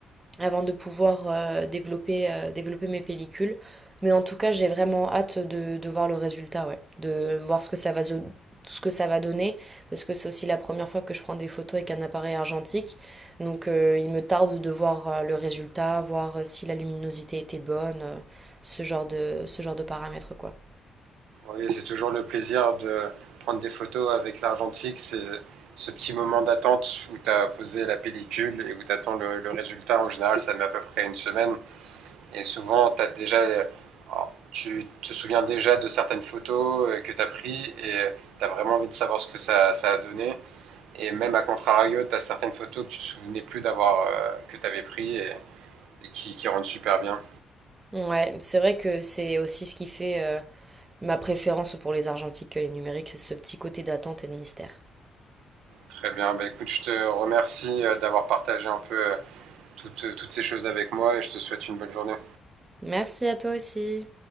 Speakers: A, on the right; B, on the right.
A: avant de pouvoir euh, développer, euh, développer mes pellicules. Mais en tout cas, j'ai vraiment hâte de, de voir le résultat, ouais. De voir ce que ça va, zo- ce que ça va donner, parce que c'est aussi la première fois que je prends des photos avec un appareil argentique. Donc euh, il me tarde de voir euh, le résultat, voir euh, si la luminosité était bonne, euh, ce genre de, ce genre de paramètres, quoi.
B: Oui, c'est toujours le plaisir de prendre des photos avec l'argentique. C'est ce petit moment d'attente où tu as posé la pellicule et où tu attends le, le, résultat. En général, ça met à peu près une semaine. Et souvent, t'as déjà, alors, tu te souviens déjà de certaines photos euh, que tu as prises et tu as vraiment envie de savoir ce que ça, ça a donné. Et même à contrario, tu as certaines photos que tu ne te souvenais plus d'avoir, euh, que tu avais prises et, et qui, qui, rendent super bien.
A: Ouais, c'est vrai que c'est aussi ce qui fait euh, ma préférence pour les argentiques que les numériques, c'est ce petit côté d'attente et de mystère.
B: Très bien. Bah, écoute, je te remercie euh, d'avoir partagé un peu euh, toutes, toutes ces choses avec moi et je te souhaite une bonne journée.
A: Merci à toi aussi.